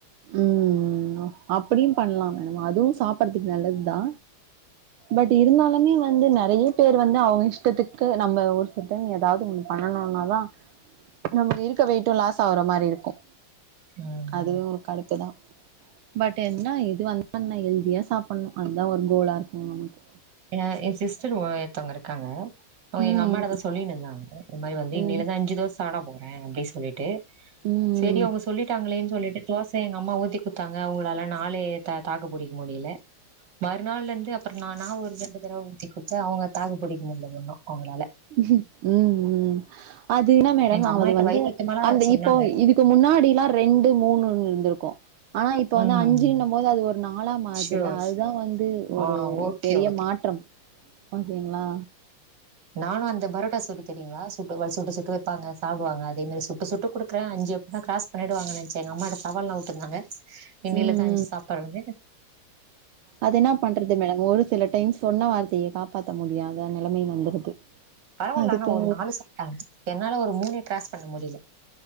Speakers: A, on the right (about 80°); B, on the right (about 55°).
A: ம் அப்டியும் பண்ணலா மேம் அதுவு சாப்படுறதுக்கு நல்லது தா பட் இருந்தாலுமே வந்து நறைய பேர் வந்து அவங்க இஷ்டத்துக்கு நம்ம ஒரு சில டைம் எதாவது ஒன்னு பண்ணனும்னாதா நமக்கு இருக்க வெயிட்டும் லாஸ் ஆகுற மாரி இருக்கும்
B: ம்
A: அதுவு கடுப்புதா பட் என்னா எது வந்தா என்ன ஹெல்தியா சாப்டணு அதுதான் ஒரு கோலா இருக்கும் நமக்கு
B: எ எ சிஸ்டர் ஏ ஒருத்தவங்க இருக்காங்க அவங்க
A: ம்
B: எங்க அம்மாட தா சொல்லின்டுந்தாங்க இந்த மாரி வந்து
A: என்ன
B: இன்னில இருந்து அஞ்சு தோச சாப்பிட போறே அப்டின் சொல்லிட்டு
A: ம்
B: சேரி அவங்க சொல்லிட்டாங்களேன் சொல்லிட்டு தோசய எங்க அம்மா ஊத்தி குடுத்தாங்க அவங்களால நாளே தாக்க பிடிக்க முடியல மறுநாள்ல இருந்து நான்னா ஒரு ரெண்டு தடவ ஊத்தி கொடுத்தே அவங்க தாக்கு புடிக்க முடியல ஒன்னு அவங்களால
A: உம் உம் அது இனா மேடம்
B: எங்க
A: அவரு
B: அம்மாகிட்ட
A: வந்து
B: வயிறு
A: வந்து
B: வைத்தியமாலாம்
A: அந்த
B: வேற சொன்னாங்க.
A: இப்போ இதுக்கு முன்னாடில்லா ரெண்டு மூணுனு இருந்துருக்கும். ஆனா இப்ப வந்து
B: ம்
A: அஞ்சுன்னம் போது அது ஒரு நாலா மாறுது
B: ஷோர்
A: இல்ல அதுதா
B: ஷோ
A: வந்து
B: ஆ
A: ஒரு
B: ஓகே
A: பெரிய
B: ஓகே
A: மாற்றம் ஓகேங்களா
B: நானும் அந்த பரோட்டா சூரி தெரியுங்களா சுட்டு வ சுட்டு சுட்டு வைப்பாங்க சாப்டுவாங்க அதே மாரி சுட்டு சுட்டு குடுக்கறே அஞ்சு எப்புனா க்ராஸ் பண்ணிடுவாங்கன் நென்ச்ச எங்க அம்மாட்ட சவால்லா உட்டுருந்தாங்க இன்னியிலுந்து
A: ம்
B: அஞ்சு
A: ம்
B: சாப்பாடுனு.
A: அது என்ன பண்றது மேடம் ஒரு சில டைம் சொன்ன வார்த்தைய காப்பாத்த முடியாத நிலைமை வந்துருது
B: பரவால்ல
A: அதுக்கு
B: ஆனா ஒரு நாலு சாப்ட்டாங்க என்னால ஒரு மூணே கிராஸ் பண்ண முடில